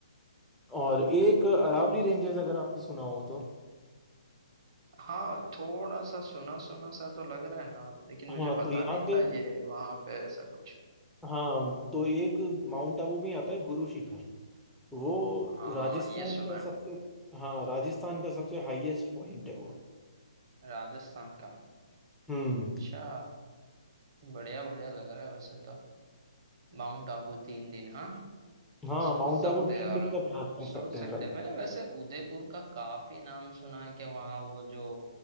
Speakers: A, in the centre; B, on the right (about 50°).
A: और एक अरावली रेंजेस अगर आपने सुना हो तो
B: हाँ थोड़ा सा सुना सुना सा तो लग रहा है नाम लेकिन
A: हाँ
B: मुझे पता
A: तो यहाँ
B: नहीं
A: पे
B: था ये वहां पे ऐसा कुछ
A: हाँ तो एक माउंट आबू में आता है गुरु शिखर वो
B: हाँ
A: राजस्थान
B: ये सुना
A: का
B: है
A: सबसे हाँ राजस्थान का सबसे हाईएस्ट पॉइंट है वो
B: राजस्थान का
A: हम्म
B: अच्छा बढ़िया बढ़िया लग रहा है वैसे तो माउंट आबू तीन दिन हाँ
A: हाँ
B: सोच
A: माउंट
B: सकते
A: आबू तीन
B: हैं यार
A: दिन का प्रयास कर
B: सोच
A: सकते हैं
B: सकते
A: राइट
B: हैं मैंने वैसे उदयपुर का काफी नाम सुना है कि वहाँ वो जो